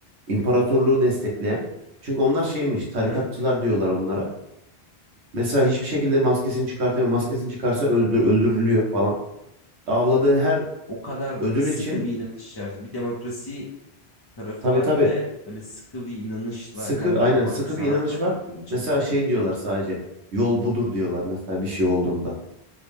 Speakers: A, on the right; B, on the left.
A: imparatorluğu destekleyen. Çünkü onlar şeymiş tarikatçılar
B: Ve
A: diyorlar onlara. Mesela hiçbir şekilde maskesini çıkartamıyor. Maskesini çıkarsa öldür, öldürülüyor falan. Avladığı her
B: o kadar
A: ödül
B: sıkı
A: için
B: bir inanış içerisinde. Bir demokrasi tarafı
A: tabii
B: var.
A: tabii
B: Bir de böyle sıkı bir inanışla
A: sıkı
B: kendini
A: aynen
B: kapatmış
A: sıkı
B: taraf
A: bir inanış
B: var
A: var.
B: kültürün içinde.
A: Mesela şey diyorlar sadece yol budur diyorlar mesela bir şey olduğunda.